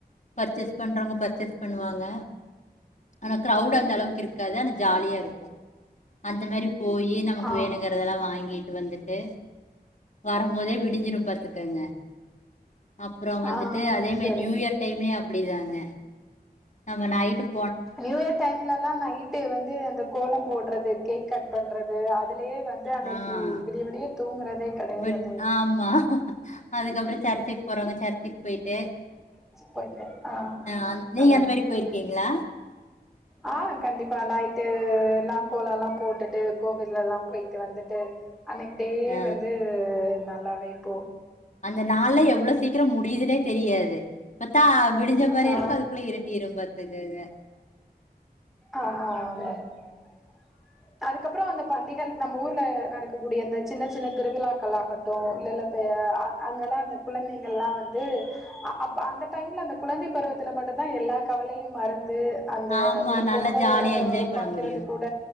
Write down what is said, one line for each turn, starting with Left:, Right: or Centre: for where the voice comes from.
Left: பர்ச்சேஸ் பண்றவங்க பர்ச்சேஸ் பண்ணுவாங்க ஆனா கிரவுடு அந்த அளவு இருக்காது ஆனா ஜாலியா இருக்கு அந்த மாரி போயி நமக்கு
Centre: ஆ
Left: வேணுங்கறதெல்லா வாங்கி ட்டு வந்துட்டு வரும் போதே விடிஞ்சிரும் பாத்துக்கங்க அப்புறோ வந்துட்டு
Centre: ஆ
Left: அதே மாரி
Centre: சரி
Left: நியூ இயர் டைம்லியு அப்டிதாங்க நம்ம நைட்டுப்
Centre: நியூ இயர் டைம்ல எல்லா நைட்டு வந்து அந்த கோலம் போட்றது கேக் கட் பண்ற து அதுலயே வந்து அன்னைக்கு
Left: ஆஹ்
Centre: விடிய விடிய தூங்குறதே கெடையாது
Left: விட் ஆமா அதுக்கப்புறோ சர்ச்சுக் போறவங்க சர்ச்சுக் போய்ட்டு
Centre: ச்சுக் போய்ட்டு ஆ ஆ
Left: அந் நீங்க
Centre: நல்லாருக்கு
Left: அந்த மாரி போயிருக்கீங்களா
Centre: ம் ஆ கண்டிப்பா நைட்டு ல்லா கோல எல்லா போட்டுட்டு கோவில் எல்லாம் போயிட்டு வந்துட்டு அன்னிக் டேயே
Left: ஆ
Centre: வந்து நல்லாவே போ
Left: அந்த நாள்லா எவ்ளோ சீக்ரோ முடிதுனே தெரியாது ப்பத்தா விடிஞ்ச மாரி
Centre: ஆ
Left: இருக்கு அதுக்குள்ள இருட்டிரு பாத்துகங்க
Centre: ஆ ஆ ஆமாங் மேம் அதுக்கப்றோ அந்த பண்டிகள் நம்ம ஊர்ல நடக்கக்கூடிய அந்த சின்ன சின்ன திருவிழாக்களாகட்டு இல்ல இல்ல ப்ப ய அ அங்கெல்லா அந்த குழந்தைங்கள்லா வந்து அ அப்ப அந்த டைம்ல அந்த குழந்தை பருவத்துல மட்டுந்தா எல்லா கவலையு மறந் ந்து அந்த
Left: ஆமா
Centre: ஒரு
Left: நல்லா
Centre: பொங்கல்ல
Left: ஜாலியா
Centre: அ
Left: என்ஜாய் பண்ண
Centre: பாக்கிறது
Left: முடியு
Centre: கூட